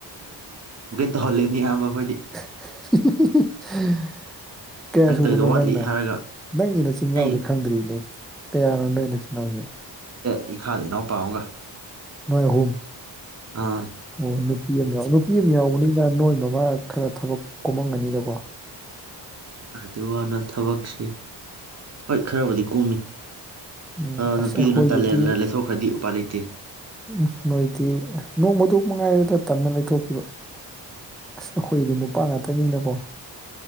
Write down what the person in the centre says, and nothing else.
<inaudible> ꯀꯌꯥ
ꯁꯨꯕꯅꯣ
ꯅꯪꯅ
ꯅꯪꯒꯤ ꯅꯆꯤꯤꯟꯜ ꯏꯅꯥꯎꯁꯦ
ꯈꯪꯗ꯭ꯔꯤꯅꯦ ꯀꯌꯥꯅꯣ ꯅꯪꯒꯤ ꯏꯆꯤꯜ ꯏꯅꯥꯎꯁꯦ
ꯅꯣꯏ ꯑꯍꯨꯝ
ꯑꯣ ꯅꯨꯄꯤ ꯑꯃ ꯌꯥꯎ ꯅꯨꯄꯤ ꯑꯃ ꯌꯥꯎꯕꯅꯤ ꯑꯩꯅ ꯅꯣꯏ ꯃꯃꯥ ꯈꯔ ꯊꯕꯛ ꯀꯣꯃꯝꯒꯅꯤꯗꯀꯣ
ꯎꯝ
ꯑꯁ
ꯑꯩꯈꯣꯏꯒꯤꯗꯤ
ꯎꯝ ꯅꯣꯏꯗꯤ ꯅꯣꯡꯃꯗ ꯃꯉꯥꯏꯔꯗ ꯇꯟꯅ ꯂꯩꯊꯣꯛꯈꯤꯕꯣ ꯑꯁ ꯑꯩꯈꯣꯏꯗꯤ ꯅꯨꯄꯥ ꯉꯥꯛꯇꯅꯤꯅꯀꯣ